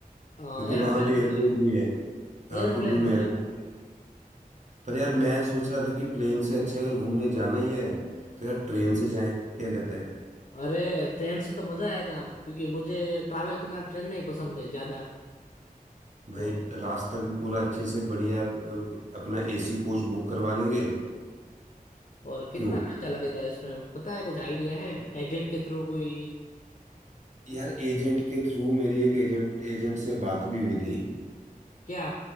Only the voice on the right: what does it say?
क्योंकि वहाँ पे एयरपोर्ट
भी है हाँ
कुल्लू में एयरपोर्ट
पर यार मैं सोच रहा था कि प्लेन से अच्छे अगर घूमने जाना ही है तो यार ट्रेन से जाएं क्या कहता है
भाई
रास्ता भी पूरा अच्छे से बढ़िया अ, अपना एसी कोच बुक करवा लेंगे
क्यों
यार एजेंट के थ्रू मेरी एक एजेंट एजेंट से बात भी हुई थी